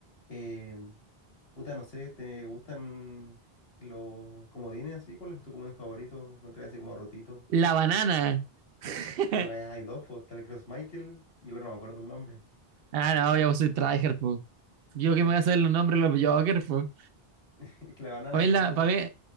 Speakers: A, on the left; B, on the right.
A: Eh, puta, no sé, ¿te gustan los comodines así? ¿Cuál es tu comodín favorito? Encontré así como rotito.
B: La banana. <laughs>
A: Creo que hay hay dos, pues, está el Cross Michael y el otro no me acuerdo el nombre.
B: ah, no, yo soy tryhard, po. Yo
A: Es que,
B: que me voy a saber los nombres de los Jokers, po.
A: <laughs> es que la banana
B: Para
A: así
B: mí, la,
A: como...
B: pa' mí,